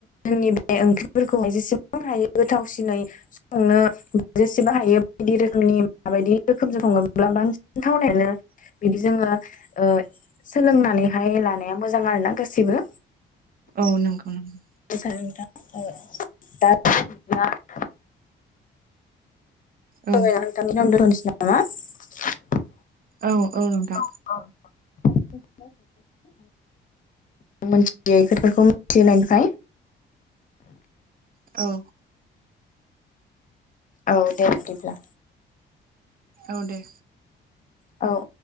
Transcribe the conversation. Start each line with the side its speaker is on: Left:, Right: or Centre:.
Left: जोंनि बे ओंख्रिफोरखौहाय जेसेबां हायो गोथावसिनै संनो जेसेबां हायो बायदि रोखोमनि माबायदि रोखोमजों सङोब्ला बांसिन थावनायानो बिदि जोङो ओ सोलोंनानैहाय लानाया मोजां आरो ना गासिबो
Right: औ नंगौ नंगौ
Left: <unintelligible>
Right: औ
Left: अ' नोंथां होनबा बे खिनियाव नो दोनथ'नोसै नामा?
Right: औ औ नोंथां
Left: औ मिथियोफोरखौ मिथि होनायनिफ्राय
Right: औ
Left: औ दे बिदिब्ला
Right: औ दे
Left: औ